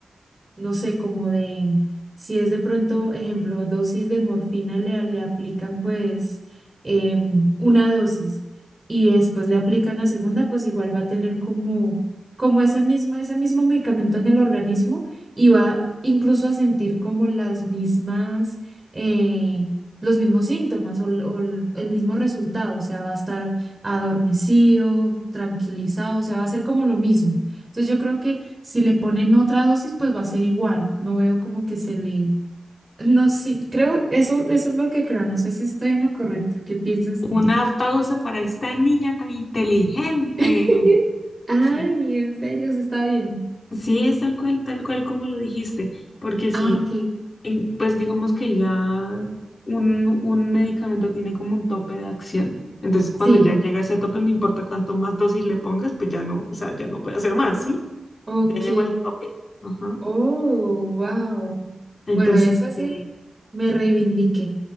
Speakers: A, on the right; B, on the left.
A: no sé, como de, si es de pronto, ejemplo, dosis de morfina, le, le aplican pues em, una dosis y después le aplican la segunda, pues igual va a tener como, como ese mismo, ese mismo medicamento en el organismo y va incluso a sentir como las mismas, eh, los mismos síntomas o, el- o el el mismo resultado, o sea, va a estar adormecido, tranquilizado, o sea, va a ser como lo mismo. Entonces yo creo que si le ponen otra dosis, pues va a ser igual. No veo como que se le... No, sí, creo, eso, eso es lo que creo. No sé si estoy en lo correcto. ¿Qué piensas tú?
B: Una pausa para esta niña tan inteligente.
A: <laughs> Ay,
B: Sí,
A: en serio, sí está bien.
B: sí, es tal cual, tal cual como lo dijiste, porque si,
A: Ah, ok.
B: en- pues digamos que ya un, un medicamento tiene como un tope de acción. Entonces, cuando
A: Sí,
B: ya llega a ese tope, no importa cuánto más dosis le pongas, pues ya no, o sea, ya no puede hacer más, ¿sí?
A: ok.
B: Ya llegó al tope. Ajá.
A: Oh, wow.
B: Entonces,
A: Bueno, eso sí,
B: sí.
A: me reivindiqué.